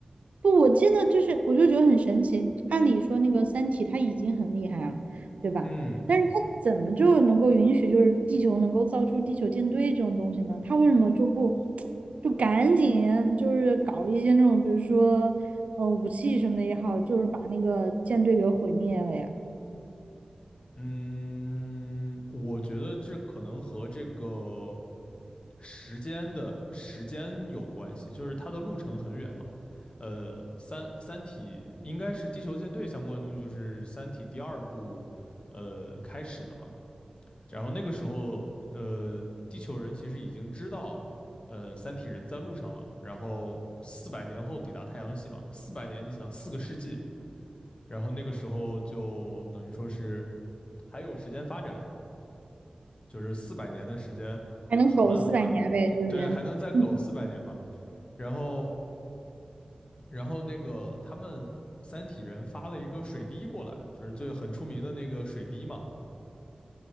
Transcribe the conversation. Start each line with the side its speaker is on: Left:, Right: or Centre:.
Right: 不，我记得就是，我就觉得很神奇。按理说，那个《三体》它已经很厉害了，对吧？
Left: 嗯
Right: 但是它怎么就能够允许，就是地球能够造出地球舰队这种东西呢？它为什么就不就赶紧就是搞一些那种，比如说，嗯、呃武器什么的也好，就是把那个舰队给毁灭了呀？
Left: 嗯，我觉得这可能和这个。时间的时间有关系，就是它的路程很远嘛。呃，三三体应该是地球舰队相关的东西，就是三体第二部呃开始的吧。然后那个时候，呃，地球人其实已经知道，呃，三体人在路上了。然后四百年后抵达太阳系嘛，四百年，你想四个世纪。然后那个时候就等于说是还有时间发展，就是四百年的时间很慢很慢，
Right: 还能苟四百年呗？就是，
Left: 对，还能再苟四百年嘛。
Right: 嗯，
Left: 然后，然后那个他们三体人发了一个水滴过来，就是最很出名的那个水滴嘛。